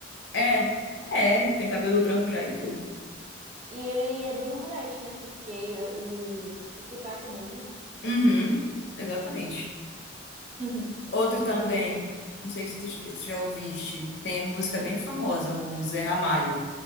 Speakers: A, on the left; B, on the right.
A: É, é, ele tem cabelo branco já e tudo.
B: E ele é do Nordeste, né? Porque o, o sotaque dele.
A: Uhum, exatamente.
B: <laughs>
A: Outro
B: O sotaque
A: também,
B: dele
A: não sei se tu, se tu já ouviste, tem música bem famosa, o Zé Ramalho.